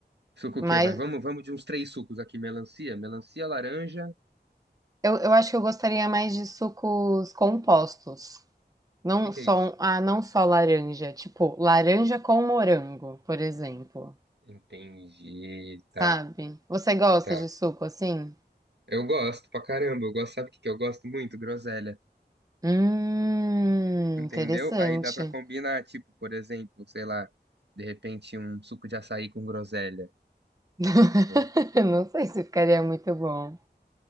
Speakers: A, on the right (about 75°); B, on the right (about 20°).
A: Suco
B: Mas
A: o quê? Vai, vamos, vamos de uns três sucos aqui, melancia, melancia, laranja. O
B: eu, eu acho que eu gostaria mais de sucos compostos. Não
A: que que
B: só,
A: é isso?
B: ah, não só laranja. Tipo, laranja com morango, por exemplo.
A: Entendi, tá,
B: Sabe? Você gosta
A: tá.
B: de suco assim?
A: Eu gosto pra caramba, eu gosto, sabe o que que eu gosto muito? Groselha.
B: Hum,
A: Entendeu?
B: interessante.
A: Aí dá pra combinar, tipo, por exemplo, sei lá, de repente um suco de açaí com groselha.
B: <laughs>
A: Pô,
B: Não sei se ficaria muito bom.